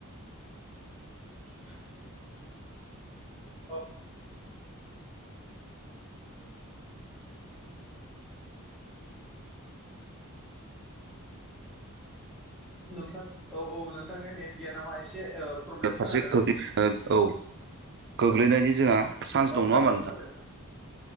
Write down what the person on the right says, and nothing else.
फारसे
खोख औ गोग्लैनायनि जोंहा चान्स
दं नङा
होमबा